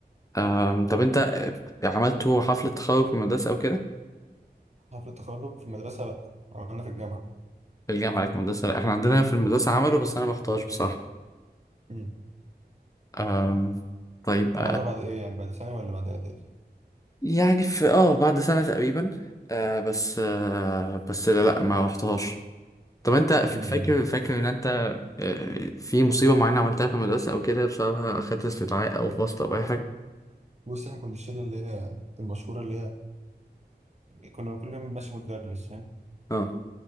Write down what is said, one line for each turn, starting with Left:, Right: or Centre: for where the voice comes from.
Left: أم، طب انت آه، عملتوا حفلة تخرج في المدرسة او كده؟
Right: حفلة التخرج في المدرسة لا عملنا في الجامعة
Left: في الجامعة لك مدرسة لا احنا عندنا في المدرسة عملوا بس انا ما رحتهاش بصراحة
Right: امم
Left: أم، طيب آه،
Right: عملوها بعد ايه يعني بعد ثانوي ولا بعد اعدادي
Left: يعني في اه بعد سنة تقريبا آه بس آه بس لا, لا ما رحتهاش طب انت ف-
Right: امم
Left: فاكر فاكر ان انت آه، في مصيبة معينة عملتها في المدرسة او كده بسببها اخدت استدعاء او فصل او اي حاجة؟
Right: بص احنا كنا الشلة اللي هي المشهورة اللي هي كنا كل يوم ماشي مدرس فاهم
Left: اه